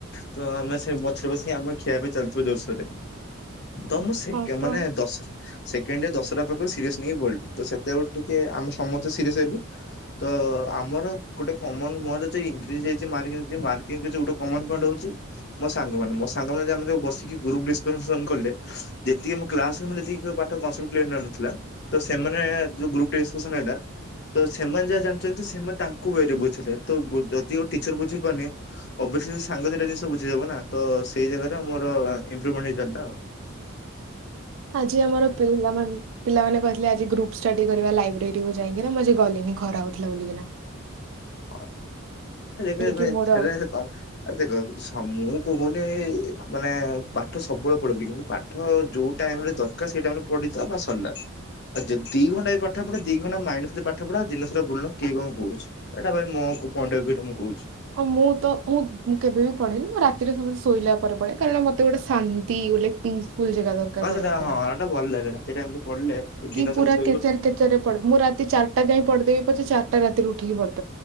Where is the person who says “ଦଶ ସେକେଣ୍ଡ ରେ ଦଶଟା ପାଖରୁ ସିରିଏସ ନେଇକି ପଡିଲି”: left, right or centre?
Left